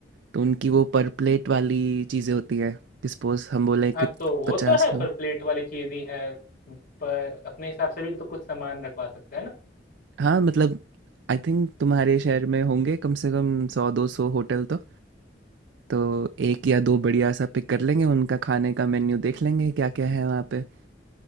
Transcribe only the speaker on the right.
तो उनकी वो पर प्लेट वाली चीज़ें होती हैं सपोज हम बोले कि
पचास
लोग
हाँ मतलब आई थिंक तुम्हारे शहर में होंगे कम से कम सौ दो सौ होटल तो तो एक या दो बढ़िया सा पिक कर लेंगे उनका खाने का मेन्यू देख लेंगे क्या क्या है वहाँ पे